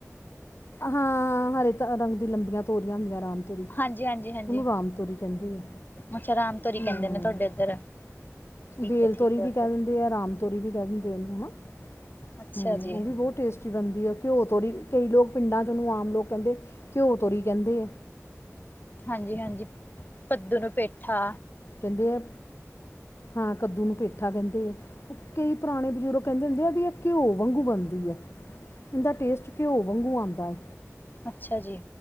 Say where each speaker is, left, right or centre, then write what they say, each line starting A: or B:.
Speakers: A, on the left; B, on the left.
A: ਹਾਂ ਹਰੇ ਰੰਗ ਦੀ ਲੰਬੀਆਂ ਤੋਰੀਆਂ ਹੁੰਦੀਆਂ ਆਰਾਮ ਰੀ
B: ਹਾਂਜੀ ਹਾਂਜੀ ਹਾਂਜੀ
A: ਉਹਨੂੰ ਰਾਮ ਤੋਰੀ ਕਹਿੰਦੀ ਆ
B: ਅੱਛਾ ਰਾਮ ਤੋਰੀ
A: ਹੂੰ
B: ਕਹਿੰਦੇ ਨੇ ਤੁਹਾਡੇ ਇੱਧਰ। ਠੀਕ
A: ਵੇਲ
B: ਹੈ ਠੀਕ
A: ਤੋਰੀ
B: ਹੈ
A: ਵੀ
B: ਓਕੇ
A: ਕਹਿ ਦਿੰਦੇ ਆ, ਰਾਮ ਤੋਰੀ ਵੀ ਕਹਿ ਦਿੰਦੇ ਨੂੰ ਹਨਾ
B: ਅੱਛਾ
A: ਹਮ
B: ਜੀ
A: ਉਹ ਵੀ ਬਹੁਤ ਟੇਸਟ ਬਣਦੀ ਹੈ ਘਿਓ ਤੋਰੀ ਕਈ ਲੋਕ ਪਿੰਡਾਂ ਚ ਓਨੂੰ ਆਮ ਲੋਕ ਕਹਿੰਦੇ ਘਿਓ ਤੋਰੀ ਕਹਿੰਦੇ
B: ਹਾਂਜੀ- ਹਾਂਜੀ ਪੱਦੂ ਨੂੰ ਪੇਠਾ।
A: ਕਹਿੰਦੇ ਹੈ। ਹਾਂ ਕੱਦੂ ਨੂੰ ਪੇਠਾ ਕਹਿੰਦੇ। ਕਈ ਪੁਰਾਣੇ ਬਜ਼ੁਰਗ ਕਹਿੰਦੇ ਹੁੰਦੇ ਆ। ਵੀ ਇਹ ਘਿਓ ਵਾਂਗੂ ਬਣਦੀ ਹੈ। ਇਹਦਾ ਟੇਸਟ, ਘਿਓ ਵਾਂਗੂ ਆਉਂਦਾ ਹੈ।
B: ਅੱਛਾ ਜੀ।